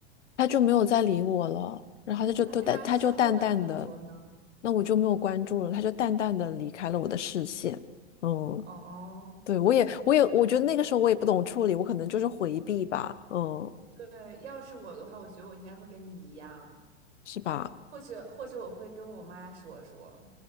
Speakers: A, on the left; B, on the right.
A: 她就没有再理我了，然后她就都淡，
B: 那他之后的同桌呢？
A: 她就淡淡的，那我就没有关注了，她就淡淡的离开了我的视线，嗯。
B: 哦哦，
A: 对，我也，我也，我觉得那个时候我也不懂处理，我可能就是回避吧，嗯，
B: 对，要是我的话，我觉得我应该会跟你一样，
A: 是吧？
B: 或者或者我会跟我妈说说，